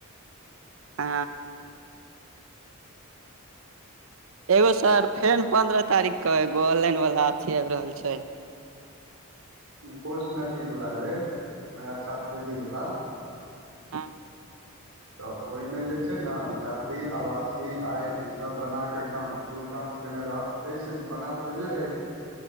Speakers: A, on the right; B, on the right.
A: ह एगो सर फेन पंन्द्रह तारीख के एगो ऑनलाइन वाला अथी आब रहल छै
B: पोस्ट मैट्रिक वला है वएह छात्रवृत्री वाला
A: ह
B: तऽ ओहिमे जे छै ने जाति आवासीय आय ईसभ बना कऽ एकदम। टू टंच केने रहब एहिस बना तऽ देने रही